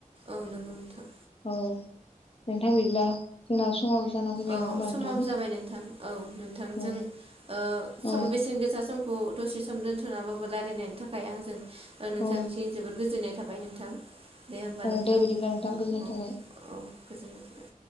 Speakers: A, on the right; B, on the left.
A: औ नोंगौ नोंथां
B: औ नोंथां बिदिब्ला जोंना स समाबो जाना फैबाय
A: औ
B: नङा होमबा
A: समाबो
B: नोंथां
A: जाबाय नोंथां औ नोंथांजों
B: औ
A: ओ
B: औ
A: सम बेसेन गोसा समखौ दसे सम दोन्थनाबाबो रायलायनायनि थाखाय आंजों ओ नोंथांनिसिम
B: औ
A: जोबोद गोजोननाय थाबाय नोंथां दे होमबा
B: औ
A: नोंथां
B: दे बिदिब्ला नोंथां गोजोननाय
A: औ
B: थाबाय
A: औ गोजोन्नाय थाबाय